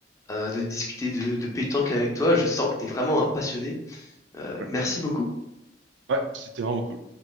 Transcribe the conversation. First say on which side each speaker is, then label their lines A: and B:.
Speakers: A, on the left; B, on the right.
A: euh, de discuter de, de pétanque avec toi. Je sens que tu es vraiment un passionné. Euh,
B: Ouais,
A: merci beaucoup.
B: ouais, c'était vraiment cool.